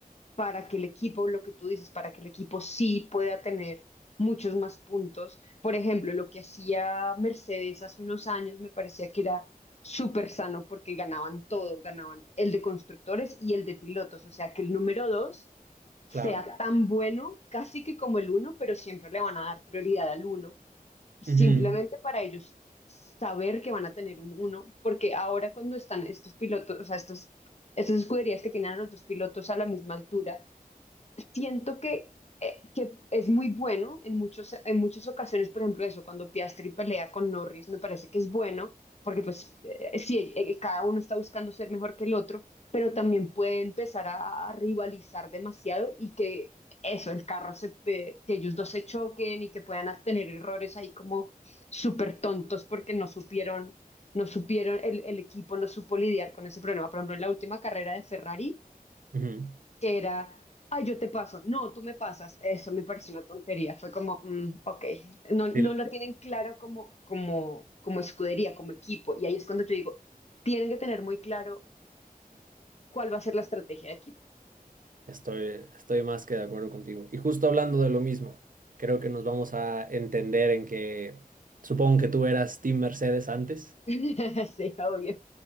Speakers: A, on the left (about 45°); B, on the right (about 60°).
A: para que el equipo, lo que tú dices, para que el equipo sí pueda tener muchos más puntos. Por ejemplo, lo que hacía Mercedes hace unos años me parecía que era súper sano porque ganaban todo, ganaban el de constructores y el de pilotos, o sea que el número dos sea
B: Claro.
A: tan bueno, casi que como el uno, pero siempre le van a dar prioridad al uno simplemente
B: Ujú,
A: para ellos saber que van a tener un uno, porque ahora cuando están estos pilotos, o sea, estos, estas escuderías que tienen a los dos pilotos a la misma altura, siento que, eh, que es muy bueno en muchos, en muchas ocasiones, por ejemplo, eso, cuando Piastri pelea con Norris, me parece que es bueno, porque pues eh, sí, eh, eh, cada uno está buscando ser mejor que el otro, pero también puede empezar a, a rivalizar demasiado y que eso, el carro se, eh, que ellos dos se choquen y que puedan a- tener errores ahí como súper tontos porque no supieron, no supieron, el, el equipo no supo lidiar con ese problema. Por ejemplo, en la última carrera de Ferrari
B: ujú.
A: que era, ay, yo te paso, no, tú me pasas. Eso me pareció una tontería. Fue como, mm, ok, no, no
B: Sí,
A: lo tienen claro como, como, como escudería, como equipo. Y ahí es cuando yo digo, tienen que tener muy claro cuál va a ser la estrategia de equipo.
B: Estoy, estoy más que de acuerdo contigo. Y justo hablando de lo mismo, creo que nos vamos a entender en que supongo que tú eras Team Mercedes antes.
A: <laughs> Sí, obvio.